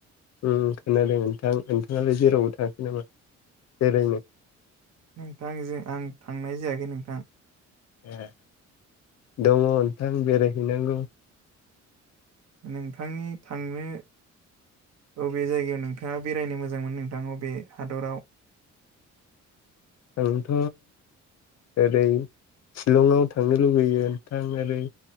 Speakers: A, on the left (about 60°); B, on the right (about 55°).
A: उम खोनादों नोंथां नोंथाङालाय जेरावबो थाङाखै नामा? बेरायनो
B: नोंथांजों आं थांनाय जायाखै नोंथां।
A: ए दङ नोंथां बेरायहैनांगौ।
B: नोंथांनि थांनो बबे जायगायाव नोंथाङा बेरायनो मोजांमोन नोंथां अबे हादराव?
A: आंथ' ओरै शिलंआव थांनो लुबैयो नोंथां ओरै